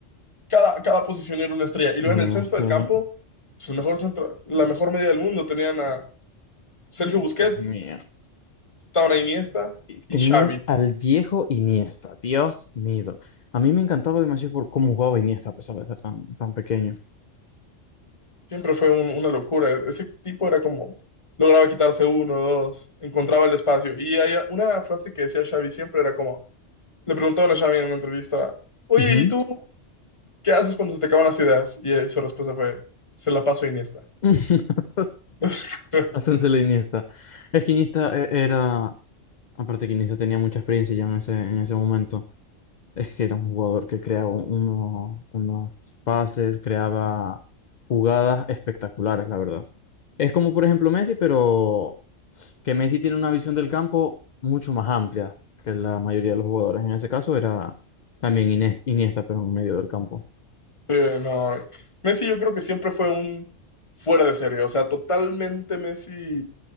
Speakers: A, on the left; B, on the left.
A: cada, cada posición era una estrella. Y
B: mira,
A: luego en el centro
B: es que
A: del campo, su mejor centro, la mejor media del mundo, tenían a Sergio Busquets,
B: Dios mío.
A: estaban a Iniesta y
B: tenían
A: Xavi.
B: al viejo Iniesta. Dios mío. A mí me encantaba demasiado por cómo jugaba Iniesta, a pesar de ser tan, tan pequeño.
A: Siempre fue un- una locura. Ese tipo era como, lograba quitarse uno, dos, encontraba el espacio. Y hay una frase que decía Xavi siempre era como, le preguntaban a Xavi en una entrevista, oye,
B: Ujú.
A: ¿y tú ¿qué haces cuando se te acaban las ideas? Y eh, su respuesta fue, se la paso a Iniesta.
B: <laughs>
A: <laughs>
B: Hácense la Iniesta. Es que Iniesta eh, era... Aparte que Iniesta tenía mucha experiencia ya en ese, en ese momento. Es que era un jugador que creaba uno- unos pases, creaba jugadas espectaculares, la verdad. Es como, por ejemplo, Messi, pero que Messi tiene una visión del campo mucho más amplia que la mayoría de los jugadores. En ese caso era también Inés- Iniesta, pero en medio del campo.
A: Sí, no, Messi yo creo que siempre fue un fuera de serie, o sea, totalmente Messi